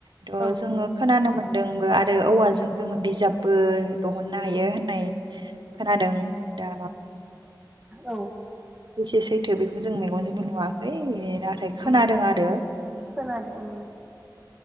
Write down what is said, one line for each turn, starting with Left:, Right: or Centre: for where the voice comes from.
Right: थ'
Centre: औ
Right: जोङो खोनानो मोन मोनदोंबो आरो औवाजों जोङो बिजाबबो दिहुननो हायो होननाय खोनादों दा
Centre: औ
Right: जेसे सैथो बेखौ जों मेगनजोंबो नुवाखै ए नाथाय खोनादों
Centre: उम
Right: आरो
Centre: खोनादों उम